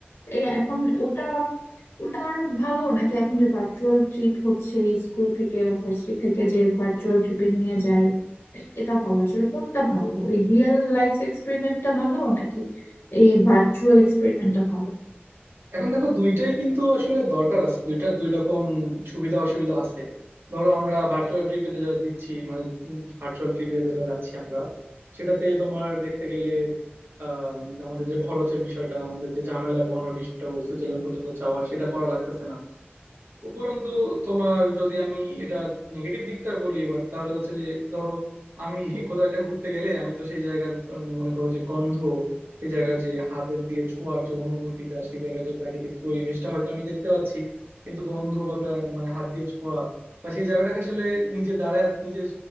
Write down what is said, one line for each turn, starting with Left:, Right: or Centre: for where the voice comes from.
Left: এই এখন ওটা ওটা ভালো নাকি এখন যে ভার্চুয়াল ট্রিপ হচ্ছে স্কুল থেকে বা ভার্সিটি থেকে যে ভার্চুয়াল ট্রিপে নিয়ে যায় এ- এটা ভালো আসলে কোনটা ভালো ওই রিয়েল লাইফ এক্সপেরিমেন্টটা ভালো নাকি এই ভার্চুয়াল এক্সপেরিমেন্টটা ভালো
Right: এখন দেখো দুইটাই কিন্তু আসলে দরকার আছে দুইটার দুই রকম সুবিধা অসুবিধা আছে ধরো আমরা ভার্চুয়াল ট্রিপে যেটা দিচ্ছি মানে ভার্চুয়াল ট্রিপে যেটা যাচ্ছি আমরা সেটাতে তোমার দেখতে গেলে আম, আমাদের যে খরচের বিষয়টা আমাদের যে ঝামেলা পোহানোর বিষয়টা ওই সুইজারল্যান্ড পর্যন্ত যাওয়ার সেটা করা লাগতেছে না উপরন্তু তোমার যদি আমি এটা নেগেটিভ দিকটা বলি এবার তাহলে হচ্ছে যে ধরো আমি <laughs> কোথাও একটা ঘুরতে গেলে আমি তো সেই জায়গার উম, মনে করো যে গন্ধ সেই জায়গার যে হাতের দিয়ে ছোঁয়ার যে অনুভূতিটা সেই জায়গার যে প্রাকৃতিক পরিবেশটা হয়তো আমি দেখতে পাচ্ছি কিন্তু গন্ধ বা প্রা- মানে হাত দিয়ে ছোঁয়া বা সেই জায়গাটাকে আসলে নিজে দাঁড়ায় নিজের